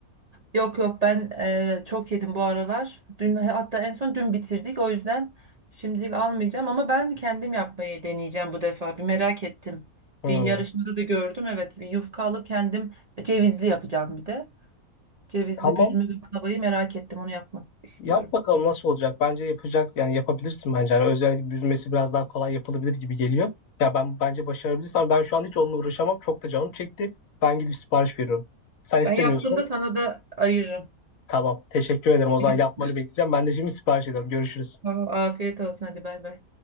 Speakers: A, on the right; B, on the left.
A: Yok yok ben eee, çok yedim bu aralar. Dün hatta en son dün bitirdik. O yüzden şimdilik almayacağım ama ben kendim yapmayı deneyeceğim bu defa. Bir merak ettim.
B: Hmm.
A: Bir yarışmada da gördüm. Evet bir yufka alıp kendim e, cevizli yapacağım bir de. Cevizli
B: Tamam.
A: büzme baklavayı merak ettim. Onu yapmak istiyorum.
B: Yap bakalım nasıl olacak. Bence yapacak yani yapabilirsin bence. Yani özellikle büzmesi biraz daha kolay yapılabilir gibi geliyor. Ya ben bence başarabilirsem ben şu an hiç onunla uğraşamam. Çok da canım çekti. Ben gidip sipariş veriyorum. Sen istemiyorsun.
A: Ben yaptığımda sana da ayırırım.
B: Tamam. Teşekkür ederim. O zaman
A: <laughs>
B: yapmanı bekleyeceğim. Ben de şimdi sipariş ediyorum. Görüşürüz.
A: Tamam, afiyet olsun hadi bay bay.